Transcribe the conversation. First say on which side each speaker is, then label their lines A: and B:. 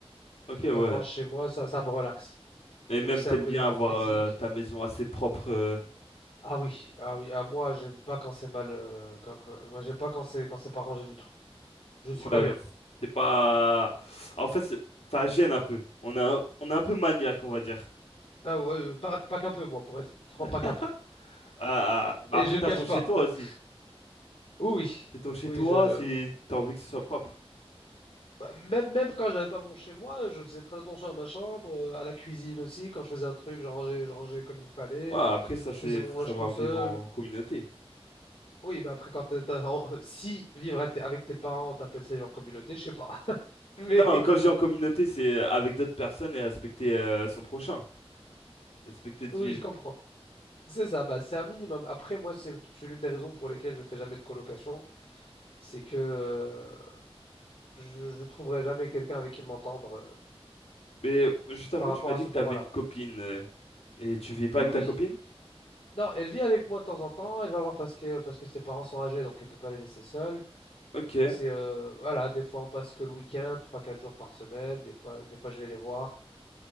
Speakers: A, on the left; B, on the left.
A: Ok,
B: Quand
A: ouais.
B: je range chez moi, ça, ça me relaxe.
A: Et
B: Même
A: même,
B: si c'est
A: t'aimes
B: un peu
A: bien
B: d'effort
A: avoir
B: physique.
A: euh, ta maison assez propre. euh,
B: Ah oui, ah oui, à moi, j'aime pas quand c'est mal. euh, quand- quand- moi, j'aime pas quand c'est quand c'est pas rangé du tout. Je suis
A: Ouais,
B: pas bien.
A: c'est pas. En fait, c'est- ça gêne un peu. On a, on est un peu maniaque, on va dire.
B: Ah ouais, euh, pas, pas qu'un peu, moi, pour être franc,
A: <laughs>
B: pas qu'un peu.
A: Euh, bah
B: Et
A: après,
B: je le
A: t'as
B: cache
A: ton
B: pas.
A: chez toi
B: <laughs>
A: aussi.
B: Oui, oui,
A: C'est ton chez
B: oui,
A: toi,
B: je,
A: c'est t'as envie que ce soit propre.
B: Ouais, Même, même quand j'avais pas mon chez moi, je faisais très attention à ma chambre, euh, à la cuisine aussi. Quand je faisais un truc, je rangeais, je rangeais comme il fallait.
A: Ouais, après, ça,
B: Je
A: c'est
B: faisais mon
A: faut
B: linge
A: savoir
B: tout seul.
A: vivre en communauté.
B: Oui, mais après, quand t'es- t'as- en- si vivre à tes- avec tes parents, t'appelles ça vivre en communauté, je sais pas. <laughs> Mais
A: Non, quand je dis en communauté, c'est avec d'autres personnes et respecter euh, son prochain, respecter de
B: oui,
A: ville.
B: je comprends. C'est ça, bah, c'est un minimum. Après, moi, c'est c'est l'une des raisons pour lesquelles je fais jamais de colocation. C'est que euh, je ne trouverai jamais quelqu'un avec qui m'entendre euh,
A: Mais juste avant,
B: par rapport
A: tu m'as
B: à
A: dit
B: ce
A: que
B: point-là.
A: t'avais une copine euh, et tu vis pas
B: Oui,
A: avec
B: oui,
A: ta copine?
B: Non, elle vit avec moi de temps en temps. Elle va voir parce que, parce que ses parents sont âgés, donc elle peut pas les laisser seuls.
A: Ok.
B: Donc c'est euh, voilà, des fois on passe que le week-end, trois quatre jours par semaine, des fois, des fois je vais les voir.